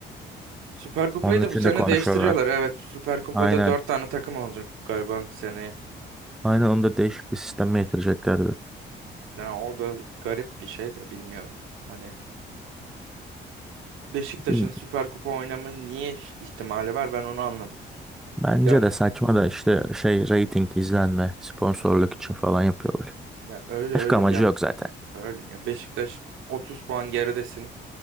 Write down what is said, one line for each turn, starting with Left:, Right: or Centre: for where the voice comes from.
Right: Süper Kupayı
Centre: Onun
Right: da
Centre: için
Right: bu sene
Centre: de konuşuyorlar.
Right: değiştiriyorlar. Evet, Süper Kupa'da
Centre: Aynen.
Right: dört tane takım olacak galiba seneye.
Centre: Aynen onu da değişik bir sisteme getireceklerdi.
Right: Yani o da garip bir şey de bilmiyorum. Hani Beşiktaş'ın
Centre: Bilmiyorum.
Right: Süper Kupa oynama niye ihtimali var ben onu anlamadım.
Centre: Bence
Right: Yani
Centre: de saçma da işte şey reyting izlenme sponsorluk için falan yapıyorlar.
Right: ya öyle öyle
Centre: Başka amacı
Right: bir ya.
Centre: yok zaten.
Right: Öyle ya Beşiktaş 30 puan geridesin.